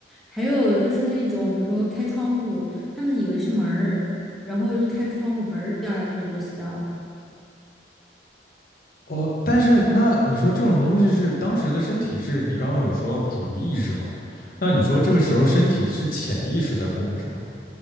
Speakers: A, in the centre; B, on the left.
A: 还有就是那种，比如说开窗户，他们以为是门儿，然后一开窗户，嘣儿掉下去就死掉了。
B: 哦，但是那你说这种东西是当时的身体是你刚刚有说到主意识嘛？那你说这个时候身体是潜意识在控制吗？